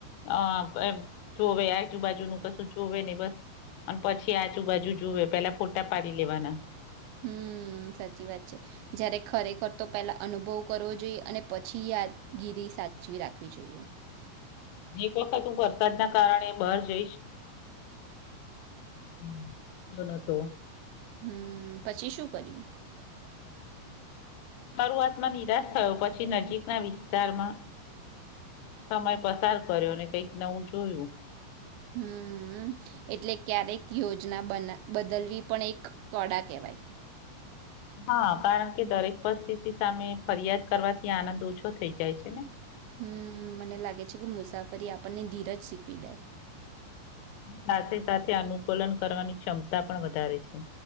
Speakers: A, on the left; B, on the right.
A: અ એભ જોવે આજુબાજુનું કશું જોવે ને બસ અન પછી આજુબાજુ જોવે પેલા ફોટા પાડી લેવાના.
B: હમ્મ, સાચી વાત છે. જયારે ખરેખર તો પેલા અનુભવ કરવો જોઈએ, અને પછી યાદગીરી સાચવી રાખવી જોઈએ.
A: એક વખત હું વરસાદના કારણે બહાર જઈશ. હમ, એ નતો.
B: હમ્મ, પછી શું કર્યું?
A: શરૂઆતમાં નિરાશ થયો, પછી નજીકના વિસ્તારમાં સમય પસાર કર્યો અને કઈક નવું જોયું.
B: હમ્મ, એટલે ક્યારેક યોજના બના બદલવી પણ એક કળા કહેવાય.
A: હા, કારણ કે દરેક પરસ્થિતી સામે ફરિયાદ કરવાથી આનંદ ઓછો થઈ જાય છે ને.
B: હમ્મ, મને લાગે છે કે મુસાફરી આપણને ધીરજ શીખવી દે.
A: સાથે સાથે અનુકૂલન કરવાની ક્ષમતા પણ વધારે છે.